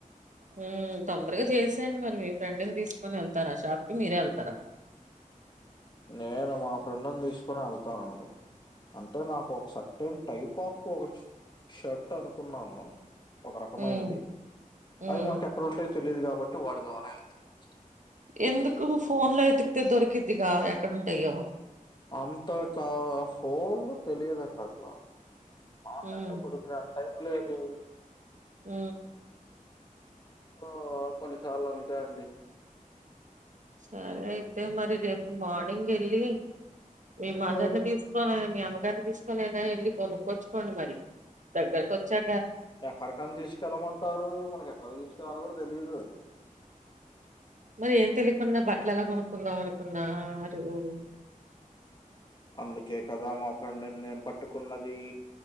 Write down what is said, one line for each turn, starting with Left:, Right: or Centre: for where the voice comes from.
Right: హు తొందరగా చేసాయండి మరి మీ ఫ్రెండ్ని తీసుకొని వెళ్తారా షాప్ కి మీరే వెళ్తారా
Left: నేను మా ఫ్రెండ్ని తీసుకుని వెళ్తానండి అంటే నాకు ఒక షర్ట్ టైప్ ఆఫ్ ఒక షర్ట్ అనుకున్నాను ఒక రకమైనది
Right: హ్మ్ హ్మ్
Left: అది మనకు ఎక్కడంటే తెలియదు కాబట్టి వాడి ద్వారా వెళ్తే తెలుస్తాయి
Right: ఎందుకు ఫోన్ లో ఎతికితే దొరికిద్దిగా ఎక్కడంటాయో
Left: అంతగా ఫోన్లు తెలియదండి అట్లా ఆన్లైన్
Right: హ్మ్
Left: లో కొడుకునేంత టైం లేదు
Right: హు
Left: ఓ కొన్నిసార్లు అంతే అండి
Right: సరే అయితే మరి రేపు మార్నింగ్ ఎళ్ళి మీ మదర్
Left: సో,
Right: ని తీసుకొని మీ అమ్మగారిని తీసుకొని అయినా ఎళ్ళి కొనుక్కోచ్చుకోండి మరి దగ్గరకు వచ్చా
Left: ఎక్కడికని తీసుకెళ్ళమంటారు మనకి ఎక్కడ తీసుకెళ్ళాలి కూడా తెలీదు
Right: మరి ఏం తెలియకున్నా బట్టలు ఎలా కొనుక్కుందాం అనుకున్నారు
Left: అందుకే కదా మా ఫ్రెండ్ ను నేను పట్టుకున్నది